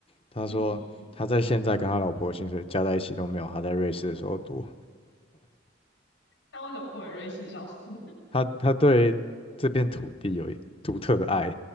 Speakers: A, on the left (about 30°); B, on the left (about 80°).
A: 他说他在现在跟他老婆薪水加在一起都没有他在瑞士的时候多。
B: 嗯，那为什么不回瑞士？笑死！
A: 他他对这片土地有独特的爱，